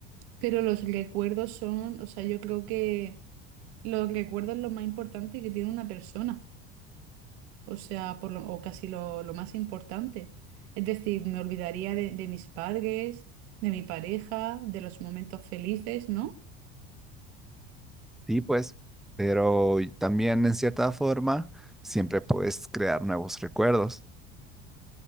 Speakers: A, on the right (about 70°); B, in the centre.
A: pero los recuerdos son, o sea, yo creo que los recuerdos es lo más importante que tiene una persona, o sea, por lo, o casi lo, lo más importante. Es decir, me olvidaría de, de mis padres, de mi pareja, de los momentos felices, ¿no?
B: Sí, pues, pero y también en cierta forma siempre puedes crear nuevos recuerdos.